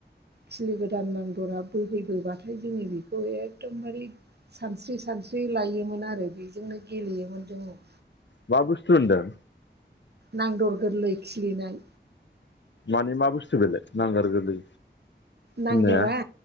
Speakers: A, on the right; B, on the left.
A: खिलि गोदान नांदरा बोहैबोबाथाय जोङो बेखौ एखदमबारि सानस्रि सानस्रि लायोमोन आरो बेजोंनो गेलेयोमोन जोङो
B: मा बुस्थु होनदों
A: नांदर गोरलै खिलिनाय
B: माने मा बुस्थु बेले नांगार गोरलै
A: नांदरा
B: होननाया